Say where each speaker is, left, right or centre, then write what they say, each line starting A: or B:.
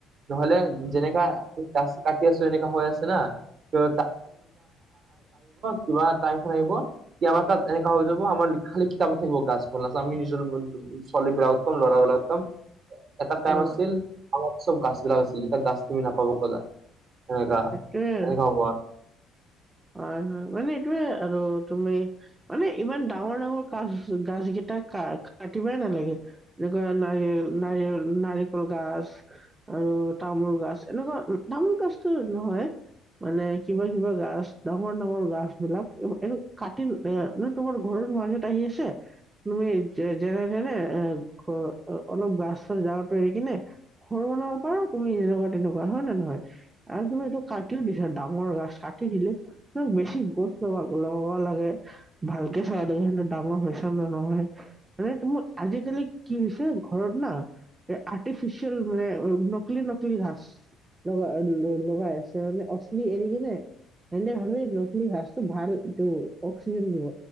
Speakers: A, on the right; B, on the right.
A: নহ'লে যেনেকা কাটি আছোঁ এনেকা হৈ আছে না <unintelligible> কিবা টাইমখন আহিব। কি আমাৰ তাত এনেকা হৈ যাব আমাৰ লিখ খালি কিতাবত থাকিব গাছবোৰ লা ত'আমি নিজৰ <unintelligible> ছোৱালীবিলাকক কম, ল'ৰাবিলকক কম এটা টাইইম
B: অ
A: আছিল চব গাছ বিলাক আছিল এতিয়া গাছ তুমি নাপব ক'লা সেনেকা
B: সেইটোৱে আৰু।
A: এনেকা হ'ব আৰ
B: হয়, হয় মানে এইটোয়ে আৰু তুমি মানে ইমান ডাঙৰ, ডাঙৰ কাচ গাছকেইটা কা -কাটিবাই নালাগে। এনেকুৱা নাৰি- নাৰি-নাৰিয়ল নাৰিকল গাছ আৰু তামোল-গাছ এনেকুৱা তামোল-গাছটো নহয়। মানে কিবা-কিবা গাছ। ডাঙৰ, ডাঙৰ গাছ বিলাক এইবোৰ এইটো কাতিন এ মানে তোমাৰ ঘৰত মাজত আহি আছে। তুমি যে-যেনে-তেনে এ ঘ অলপ গাছৰ জাগাটো এৰি কিনে সৰু বনাব পাৰা তুমি এনেকুৱা তেনেকুৱা হয় নে নহয়? আৰু তুমি এইটো কাটিও দিছা ডাঙৰ গছ কাটি দিলে ত' বেছি গছ <unintelligible> লগাবা লাগে। ভালকে চাবা লাগে সিহঁতে ডাঙৰ হৈছে নে নহয়। <inaudible> তোমাৰ আজিকালি কি হৈছে ঘৰত না এ, আৰ্টিফিচিয়েল মানে নকলি, নকলি ঘাছ। লগাই- ল-লগাই আছে মানে অচলি এৰি কিনে। সেন্তে ভাবে নকলি গাছতো ভালটো অক্সিজন দিব।